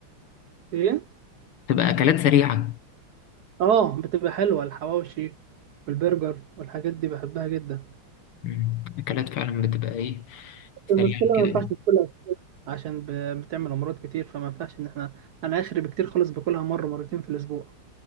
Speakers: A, on the right (about 65°); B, on the left (about 80°).
A: ايه
B: تبقى أكلات سريعة
A: اه بتبقى حلوة الحواوشي والبرجر والحاجات دي بحبها جدا
B: مم. أكلات فعلا بتبقى إيه
A: المشكلة
B: سريعة كده
A: ما ينفعش تاكلها عشان ب- بتعمل امراض كتير فما ينفعش ان احنا انا اخري بكتير خالص باكلها مره مرتين في الاسبوع